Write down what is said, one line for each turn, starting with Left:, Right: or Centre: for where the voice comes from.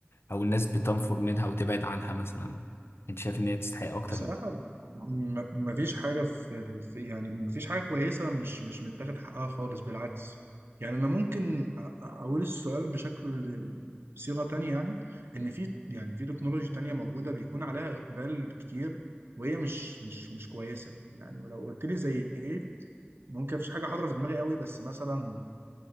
Left: او الناس بتنفر منها وتبعد عنها مثلا انت شايف ان هي تستحق اكتر
Right: بصراحة م- مفيش حاجة في, في يعني مفيش حاجة كويسة مش مش متاخد حقها خالص بالعكس يعني أنا ممكن أ- أ- أقول السؤال بشكل صيغة تانية يعني إن في يعني في تكنولوجي تانية موجودة بيكون عليها إقبال كتير وهي مش مش مش كويسة يعني ولو قلت لي زي إيه ممكن مفيش حاجة حاضرة في دماغي قوي بس مثلا